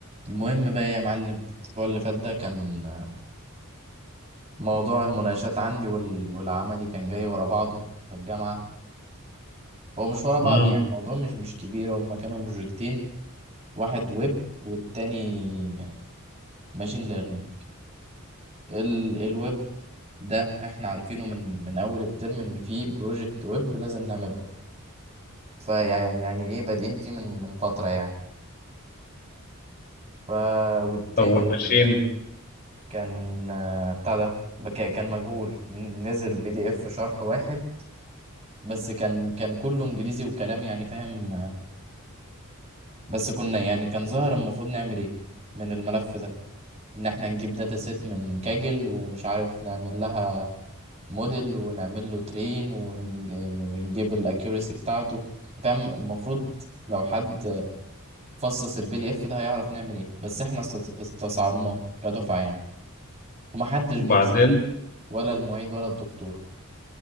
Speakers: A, on the right; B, on the left.
A: المهم بقى يا معلم الأسبوع اللي فات ده كان آه، موضوع المناقشات عندي وال... والعملي كان جاي ورا بعضه في الجامعة هو مش ورا بعض
B: امم
A: يعني الموضوع مش مش كبير هما كانوا بروجكتين واحد ويب والتاني ماشين ليرنينج ال... الويب ده احنا عارفينه من من أول الترم إن فيه بروجكت ويب لازم نعمله فيعني يعني إيه بادئين فيه من من فترة يعني ف والتاني
B: طب والماشين
A: ال- كان آه، بتاع ده ك- كان مجهول نزل بي دي اف شرح واحد بس كان كان كله انجليزي وكلام يعني فاهم آه، بس كنا يعني كان ظاهر المفروض نعمل ايه من الملف ده ان احنا نجيب داتا سيت من كاجل ومش عارف نعمل لها موديل ونعمل له ترين ونج- ونجيب الاكيوريسي بتاعته فاهم المفروض لو حد فصص البي دي اف ده هيعرف نعمل ايه بس احنا است- استصعبناه كدفعة يعني ومحدش
B: وبعدين
A: جاب سيرة ولا المعيد ولا الدكتور